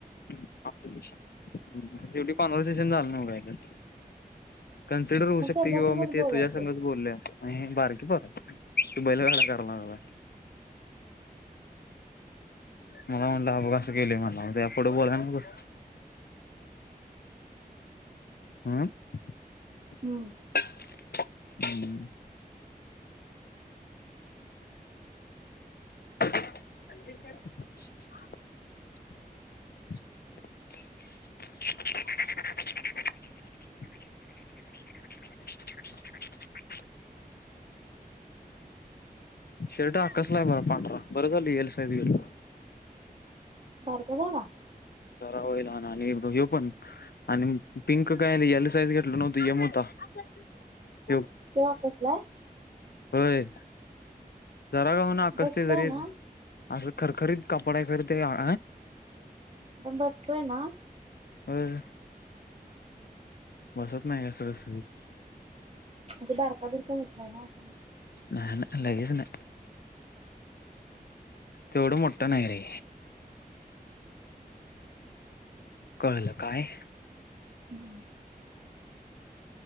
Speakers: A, on the left; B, on the right.
A: हम्म असुदे हम्म शेवटी काँवर्सेशन झालं ना कायतर. कन्सिडर होऊ
B: मग
A: शकतंय
B: त्यांच्यासंगच
A: की बाबा मी ते
B: बोलत
A: तुझ्यासंगच
B: बस.
A: बोललोय असं आणि हे बारकी पोरं आहेत ना. <unintelligible> लागलाय. मला म्हणला अ बघा कसं केलेयं म्हणला, या पुुढे बोलणार कसं? अह. <unintelligible>
B: हम्म
A: ह ह. <unintelligible> <unintelligible> शर्ट आकसलायं बघा पांढरा बर झालं, एल साईज लिलो.
B: बारका झाला?
A: जरा होय लहान आणि हो पण आणि पिंक काय एल साइज घ घेतलो नव्हतो, एम होता. <unintelligible> झालं की.
B: त्यो आकसलाय?
A: होय. जरा का हुना आकसतयं
B: बसतोय
A: जरी
B: ना
A: अस खर खरीद कापडा हाय खरं ते आ
B: पण बसतोय ना?
A: अ
B: <unintelligible>
A: बसत नाही ग सगळ <unintelligible>
B: म्हणजे बारका बिरका होत नाही ना, असं म्हणायचं.
A: नाही नाही लगेच नाही तेवढं मोठं नाही रे कळलं काय?
B: हम्म.